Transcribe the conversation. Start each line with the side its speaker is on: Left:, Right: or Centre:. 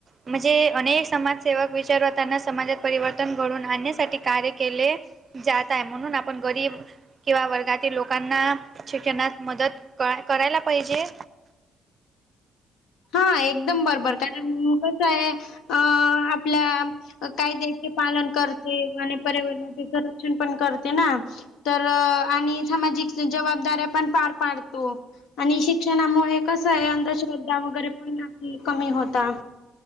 Right: म्हणजे अनेक समाजसेवक विचारवताना समाजात परिवर्तन घडून आणण्यासाठी कार्य केले. जातय म्हणून आपण गरीब. किंवा वर्गातील लोकांना, शिक्षणस मदत क करायला पाहिजे.
Left: हा एकदम बरोबर कारण कसं आहे अ आपल्या. कायद्याचे पालन करते, आणि पर्यावरणाचे संरक्षण पण करते ना. तर आणि सामाजिक जबाबदाऱ्या पण पार पाडतो. आणि शिक्षणामुळे कस आहे, अंधश्रद्धा वगैरे पण कमी होता‌